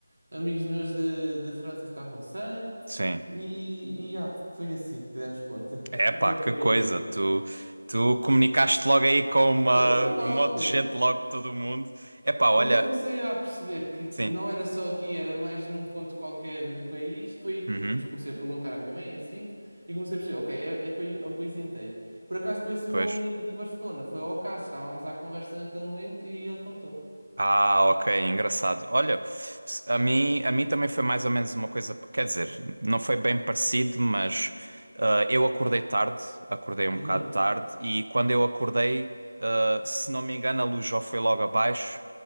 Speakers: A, on the right; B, on the right.
A: amigos meus de, de França estavam sem,
B: sim.
A: e, e ah, foi assim que demos conta.
B: É
A: E
B: pá,
A: como é
B: que
A: que foi
B: coisa,
A: aí?
B: tu, tu comunicaste logo aí com uma,
A: Eu fui logo,
B: um monte de gente, logo de todo mundo. É pá, olha,
A: Quando eu comecei a perceber que
B: sim,
A: não era só aqui, era mais num ponto qualquer do país, foi depois
B: uhum,
A: comecei a perguntar à minha mãe assim, e comecei a perceber, ok, é, é, pai- é o país inteiro. Por acaso com esse
B: pois.
A: meu amigo de Barcelona, foi ao acaso, estávamos à conversa naquele momento e ele contou.
B: Ah, ok, engraçado. Olha, a mim, a mim também foi mais ou menos uma coisa, quer dizer, não foi bem parecido, mas ah, eu acordei tarde, acordei um
A: Uhum,
B: bocado tarde, e quando eu acordei, ah, se não me engano, a luz já foi logo abaixo,